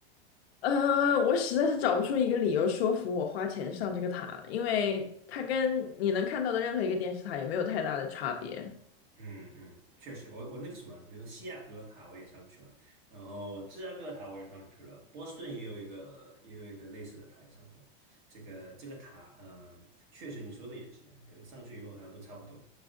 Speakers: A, on the left; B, on the right.
A: 呃，我实在是找不出一个理由说服我花钱上这个塔，因为它跟你能看到的任何一个电视塔也没有太大的差别。
B: 嗯嗯，确实，我我那个什么，比如说西雅图的塔我也上去了，然后芝加哥的塔我也上去了，波士顿也有一个也有一个类似的塔也上去了。这个这个塔，嗯、确实你说的也是，呃上去以后好像都差不多。